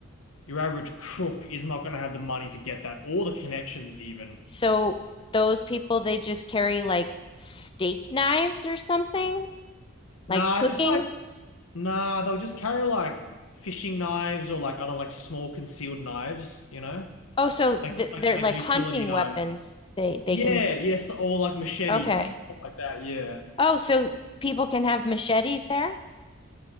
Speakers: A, on the left; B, on the left.
A: your average crook is not gonna have the money to get that or the connections even.
B: So those people, they just carry like steak knives or something,
A: Nah,
B: like cooking
A: just like Nah, they'll just carry like fishing knives or like other like small concealed knives, you know?
B: Oh, so
A: Like
B: th
A: like
B: they're
A: like
B: like
A: utility
B: hunting
A: knives.
B: weapons. They they
A: Yeah,
B: can.
A: yes, they're all like machetes,
B: Okay.
A: stuff like that, yeah.
B: Oh, so people can have machetes there?